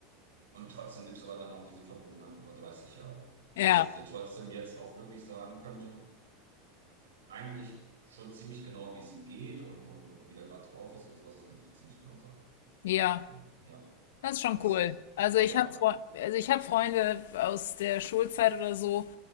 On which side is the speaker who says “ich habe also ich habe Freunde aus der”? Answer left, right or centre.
Left